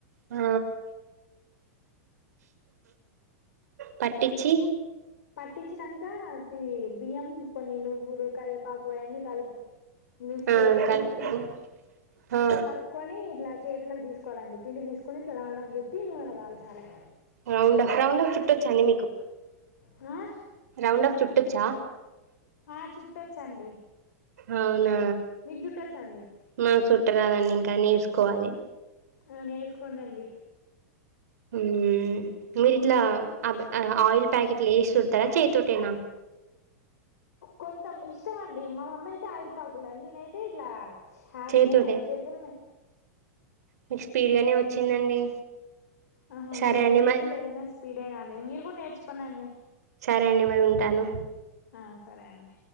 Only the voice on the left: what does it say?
పట్టించినంక తి బియ్యం కొన్ని నువ్వులు కరేపాకు పో అన్ని కలుపు మిక్సీ
వేసుకొని
కలుపుకొని ఇట్లా చేతులకు తీసుకోవాలండి పిండి తీసుకొని ఇట్లాలా రౌండప్ చుట్టి నూనె లో కాల్చాలే
ఆ
ఆ చుట్టొచ్చండి
మీకు చుట్టొచ్చండి
ఆ నేసుకోండండి
కొంతం ఇష్టం అండి మా మమ్మీ అయితే ఆలిపాకుల నేనైతే ఇట్లా హేండ్
లేనా చేతులన్నే
ఆహా
నే
నేర్చుకుంటే
ఏదైనా పీడేగానే మీరు కూడా నేర్చుకోనండి
ఆ సరే అండి